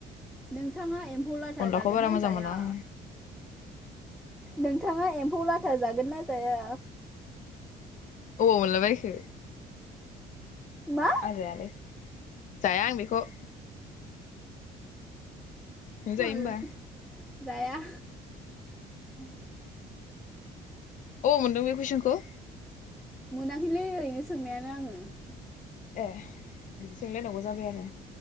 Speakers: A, in the centre; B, on the left.
A: नोंथाङा एम्फौ लाथा
B: अनलाखौ
A: जागोन
B: बारा
A: ना
B: मोजां
A: जाया
B: मोना आं
A: नोंथाङा एम्फौ लाथा जागोन ना जाया
B: अबाव मोनला बायखो
A: मा
B: आं जायालै जाया आं बेखौ नों
A: अ
B: जायो होमबा
A: जाया <unintelligible>
B: अबाव मोनदों बे कुइसनखौ?
A: मोनाखैलै ओरैनो सोंनायानो आङो
B: ए बिदि सोंलायनांगौ जाबाय आरो